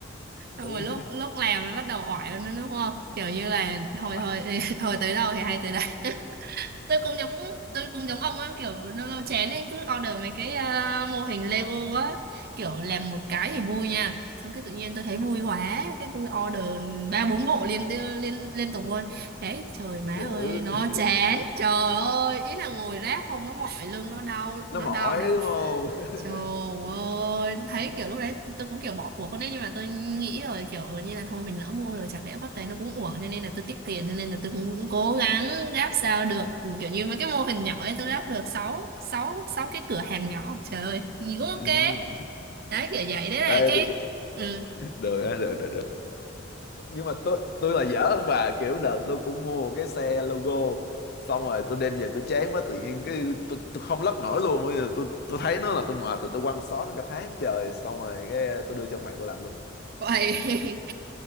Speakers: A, on the right; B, on the left.
A: xong
B: Ừ.
A: rồi lúc lúc làm nó bắt đầu oải lên nữa đúng không kiểu như là
B: Oải,
A: thôi thôi <laughs> thôi tới đâu thì hay tới đấy <laughs> tôi cũng giống tôi cũng giống ông á kiểu lâu lâu chén ấy cứ order mấy cái à, mô hình Lego á kiểu làm một cái thì vui nha xong cái tự nhiên tôi thấy vui quá cái tôi order ba bốn bộ liên liên liên tục luôn thế trời má
B: dữ
A: ơi nó
B: <laughs>
A: chán trời ơi ý là ngồi ráp không nó mỏi lưng nó đau
B: nó
A: nó
B: mỏi
A: đau đầu
B: đúng không <laughs>
A: Trời ơi, thấy kiểu lúc đấy tôi cũng kiểu bỏ cuộc con đấy nhưng mà tôi nghĩ rồi kiểu như là thôi mình lỡ mua rồi chẳng lẽ bắt đấy nó cũng uổng cho nên là tôi tiết kiệm cho nên là tôi cũng, cũng cố gắng ráp sao được kiểu như mấy cái mô hình nhỏ ấy tôi ráp được sáu sáu sáu cái cửa hàng nhỏ trời ơi nhìn cũng ok
B: ừ.
A: đấy kiểu vậy đấy là
B: Ê,
A: cái
B: tôi,
A: ừ,
B: được á, được được được nhưng mà tôi tôi là dở hơn bà kiểu đợt tôi cũng mua cái xe logo xong rồi tôi đem về tôi chán quá tự nhiên cái tôi, tôi không lắp nổi luôn bây giờ tôi tôi thấy nó là tôi mệt rồi tôi quăng xó nó cả tháng trời xong rồi cái tôi đưa cho bạn tôi làm luôn
A: Vậy <laughs>